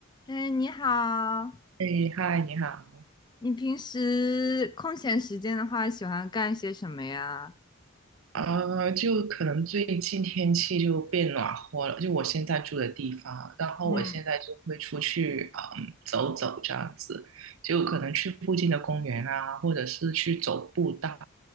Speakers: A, on the left; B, on the right.
A: 哎，你好，
B: 哎，嗨，你好。
A: 你平时空闲时间的话，喜欢干些什么呀？
B: 呃，就可能最近天气就变暖和了，就我现在住的地方，然后我现在就会出去，
A: 嗯，
B: 嗯，走走这样子，就可能去附近的公园啊，或者是去走步道，